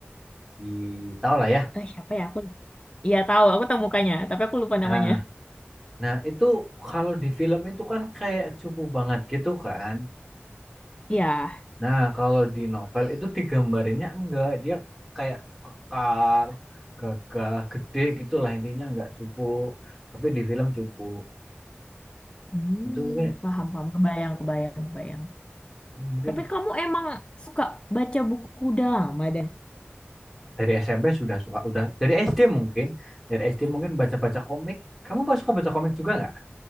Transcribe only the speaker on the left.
Eh, siapa ya aku? Iya tahu, aku tahu mukanya, tapi aku lupa namanya.
Iya.
Hmm,
paham, paham. Kebayang, kebayang, kebayang.
Tapi kamu emang suka baca buku drama Dan?